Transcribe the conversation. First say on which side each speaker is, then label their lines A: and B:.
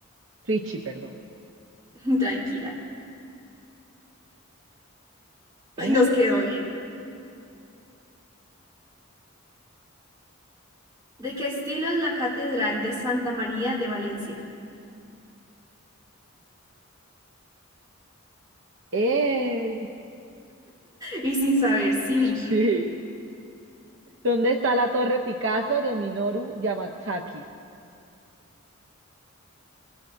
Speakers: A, on the right; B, on the right.
A: Ritchie, perdón.
B: <laughs> Tranquila.
A: Eh,
B: Ay, Nos quedó bien. ¿De qué estilo es la Catedral de Santa María de Valencia?
A: eh,
B: Y sin saber, sin
A: <laughs>
B: ir.
A: sí. ¿Dónde está la Torre Picasso de Minoru Yamasaki?